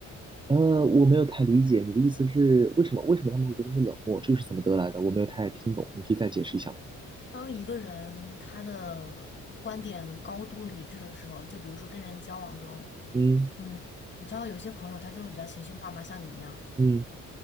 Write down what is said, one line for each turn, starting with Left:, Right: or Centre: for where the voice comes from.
Right: 呃，我没有太理解你的意思是为什么？为什么他们会觉得你冷漠？这个是怎么得来的？我没有太听懂，你可以再解释一下吗？
Left: 当一个人他的观点高度理智的时候，就比如说跟人交往中，
Right: 嗯
Left: 嗯，你知道有些朋友他就会比较情绪化嘛，像你一样。
Right: 嗯，